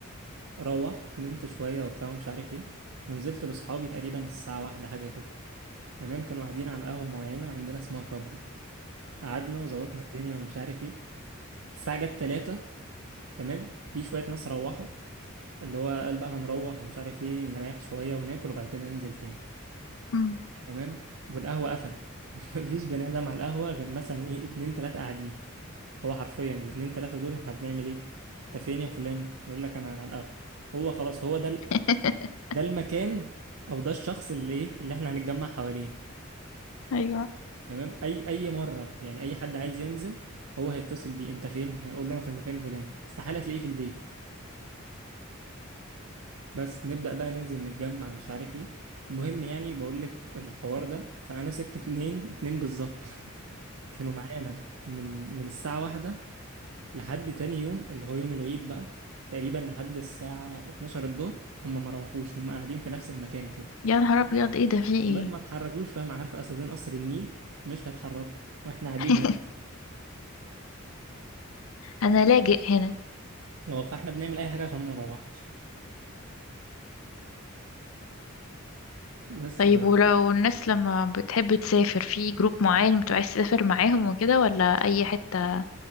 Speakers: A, on the right; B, on the left.
A: روحت نمت شويه وبتاع ومش عارف ايه ونزلت لاصحابي تقريبا الساعة واحدة حاجة كده تمام كانوا قاعدين على قهوة معينة عندنا اسمها كابو قعدنا وظبطنا الدنيا ومش عارف ايه الساعة جت تلاتة تمام في شوية ناس روحوا اللي هو قال بقى هنروح ومش عارف ايه نريح شوية وناكل وبعد كده ننزل تاني
B: أمم.
A: تمام والقهوة قفلت <laughs> مفيش بني آدم على القهوة غير مثلا ايه اتنين تلاتة قاعدين هو حرفيا الاتنين تلاتة دول احنا بنعمل ايه انت فين يا فلان يقول لك انا على القهوة هو خلاص هو ده ال-
B: <laughs>
A: ده المكان او ده الشخص اللي ايه اللي احنا هنتجمع حواليه
B: أيوه
A: تمام اي اي مره يعني اي حد عايز ينزل هو هيتصل بيه انت فين هيقول له انا في المكان الفلاني استحاله تلاقيه في البيت بس نبدا بقى ننزل نتجمع مش عارف ايه المهم يعني بقول لك الحوار ده فانا سبت اتنين اتنين بالظبط <laughs> كانوا معانا من من الساعه واحدة لحد تاني يوم اللي هو يوم العيد بقى تقريبا لحد الساعه 12 الظهر هم ما روحوش هم قاعدين في نفس المكان كده
B: يا نهار أبيض إيه ده في إيه
A: والله ما اتحركوش فاهم عارف اسدين قصر النيل مش هيتحركوا واحنا قاعدين
B: <laughs>
A: هنا
B: أنا لاجئ هنا
A: اه فاحنا بنعمل اي حاجه عشان ما نروحش بس
B: طيب
A: ف...
B: ولو الناس لما بتحب تسافر في جروب معين بتبقى عايز تسافر معاهم وكده ولا أي حتة